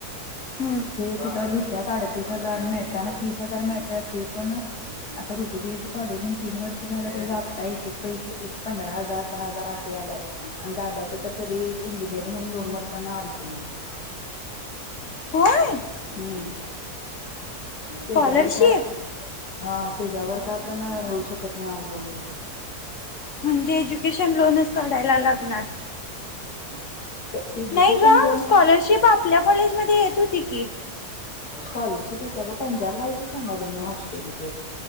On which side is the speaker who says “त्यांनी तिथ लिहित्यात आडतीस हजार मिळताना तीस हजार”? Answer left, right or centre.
Left